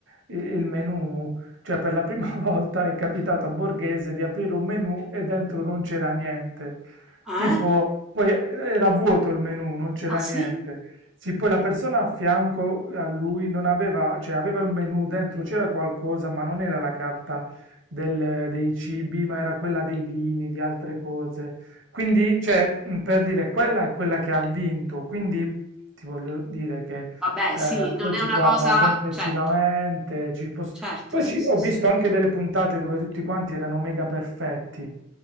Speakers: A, on the right; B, in the centre.
A: il- il menu, cioè per la prima <laughs> volta è capitato a Borghese di aprire un menu e dentro non c'era niente.
B: Eh?
A: Tipo, poi era vuoto il menu, non c'era
B: Ah sì?
A: niente. Sì, poi la persona a fianco a lui non aveva, cioè aveva un menù dentro, c'era qualcosa, ma non era la carta del- dei cibi, ma era quella dei vini, di altre cose. Quindi, cioè, mh, per dire, quella è quella che ha vinto. Quindi ti voglio dire che
B: Vabbè,
A: eh,
B: sì, non
A: poi
B: è
A: si
B: una
A: guarda
B: cosa...
A: complessivamente.
B: Certo,
A: ci poss-
B: certo,
A: Poi
B: sì,
A: ci-
B: sì,
A: ho
B: sì.
A: visto anche delle puntate dove tutti quanti erano mega perfetti